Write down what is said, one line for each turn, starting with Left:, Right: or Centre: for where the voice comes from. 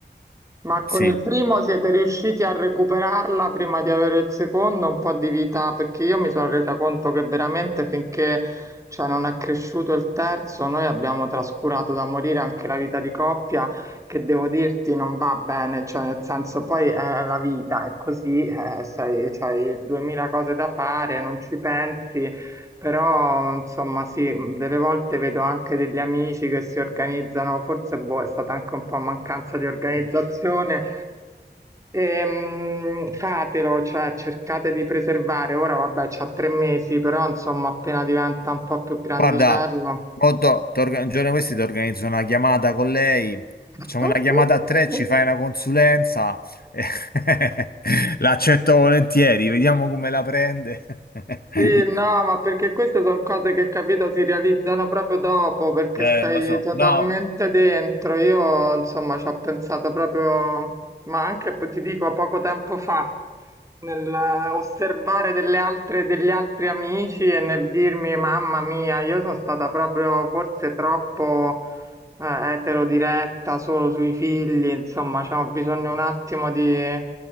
Right: Ma con
Left: sì,
Right: il primo siete riusciti a recuperarla prima di avere il secondo un po' di vita? Perché io mi sono resa conto che veramente finché, cioè, non è cresciuto il terzo, noi abbiamo trascurato da morire anche la vita di coppia, che devo dirti non va bene, cioè nel senso poi è la vita, è così, eh, sei, c'hai duemila cose da fare, non ci pensi, Però, insomma, sì, mh, delle volte vedo anche degli amici che si organizzano, forse boh, è stata anche un po' mancanza di organizzazione. Ehm, fatelo, cioè cercate di preservare. Ora, vabbè, c'ha tre mesi, però, insomma, appena diventa un po' più grandicello.
Left: guarda, mo to- ti orga- un giorno di questi ti organizzo una chiamata con lei,
Right: <laughs>
Left: facciamo una chiamata a tre, ci fai una consulenza, eh, <laughs> l'accetto volentieri, vediamo come la prende. <laughs>
Right: Sì, no, ma perché queste sono cose che, capito, si realizzano proprio dopo, perché
Left: Eh,
Right: sei
Left: lo so,
Right: totalmente
Left: no.
Right: dentro. Io, insomma, ci ho pensato proprio, ma anche, poi ti dico, poco tempo fa, nel eh, osservare delle altre, degli altri amici e nel dirmi, mamma mia, io sono stata proprio forse troppo eh, eterodiretta, solo sui figli, insomma, c'ho bisogno un attimo di